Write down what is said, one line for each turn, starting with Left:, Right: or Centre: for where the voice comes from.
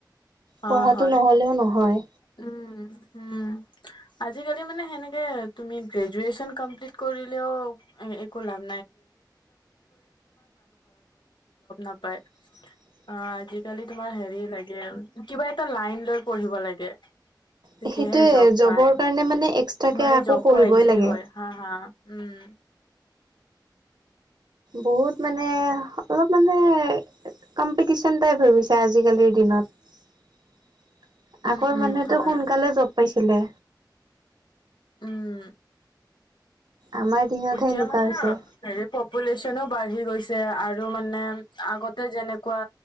Right: পঢ়াটো
Left: অ' হয়
Right: নহ'লেও নহয়।
Left: উম- উম। আজিকালি মানে সেনেকে তুমি গ্ৰেজুৱেন কমপ্লিট কৰিলেও। একো লাভ নাই।
Right: উ।
Left: অ' আজিকালি তোমাৰ হেৰি লাগে কিবা এটা লাইন লৈ পঢ়িব লাগে। তেতিয়াহে
Right: সেইটোৱে
Left: জব
Right: জবৰ
Left: পায়
Right: কাৰণে মানে এক্সট্ৰাকে
Left: মানে
Right: আকৌ
Left: জব
Right: পঢ়িবই
Left: পোৱা ইজি
Right: লাগে।
Left: হয় হা- হা উম।
Right: বহুত মানে অলপ মানে। কম্পিটিচন টাইপ ভাবিছে আজিকালিৰ দিনত।
Left: উম
Right: আগৰ
Left: উম
Right: মানুহেতো
Left: হয়
Right: সোনকালে জব পাইছিলে।
Left: উ'ম।
Right: আমাৰ দিনতহে
Left: এতিয়া
Right: এনেকুৱা
Left: মানে
Right: হৈছে।
Left: হেৰি পপুলেশ্যনো বাঢ়ি গৈছে আৰু মানে আগতে যেনেকুৱা।